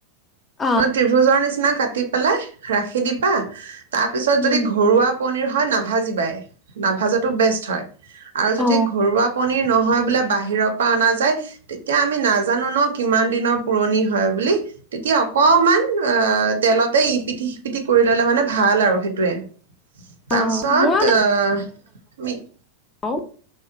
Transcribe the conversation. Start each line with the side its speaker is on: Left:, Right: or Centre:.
Left: অ'
Right: ত্ৰিভুজৰ নিচিনা কাট কাটি পেলাই ৰাখি দিবা তাৰ পিছত
Left: উম
Right: যদি ঘৰুৱা পনিৰ হয় নাভাজিবাই নাভাজাতো বেষ্ট হয় আৰু যদি
Left: অ'
Right: ঘৰুৱা নহয় বোলে বাহিৰৰ পৰা অনা যায় তেতিয়া আমি নাজানো ন কিমান দিনৰ পুৰণি হয় বুলি তেতিয়া অকমান অ তেলতে ই পিঠি পিটিকি কৰি ললে মানে ভাল আৰু সেইটোৱে তাৰপিছত
Left: অ' মই
Right: পিত
Left: অ